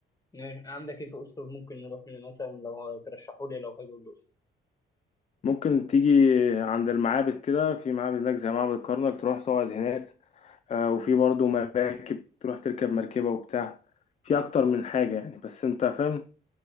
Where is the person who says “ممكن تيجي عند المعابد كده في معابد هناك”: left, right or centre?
Left